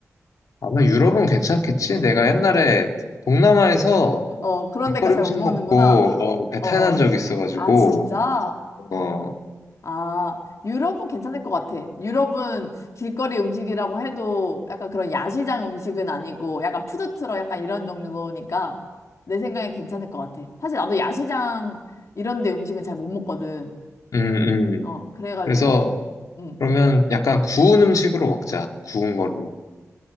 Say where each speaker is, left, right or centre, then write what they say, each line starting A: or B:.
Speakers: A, on the left; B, on the left.
A: 아마 유럽은 괜찮겠지? 내가 옛날에 동남아에서
B: 어, 그런
A: 길거리
B: 데가 잘
A: 음식
B: 못 먹는구나.
A: 먹고, 어, 배탈
B: 어, 어.
A: 난 적이 있어가지고,
B: 아, 진짜?
A: 어, 어,
B: 아, 유럽은 괜찮을 것 같아. 유럽은 길거리 음식이라고 해도 약간 그런 야시장 음식은 아니고 약간 푸드트럭 약간 이런 종류니까 내 생각에 괜찮을 것 같아. 사실 나도 야시장 이런 데 음식은 잘 못 먹거든.
A: 음,
B: 어,
A: 음.
B: 그래가지고,
A: 그래서,
B: 음,
A: 그러면 약간 구운 음식으로 먹자. 구운 걸로.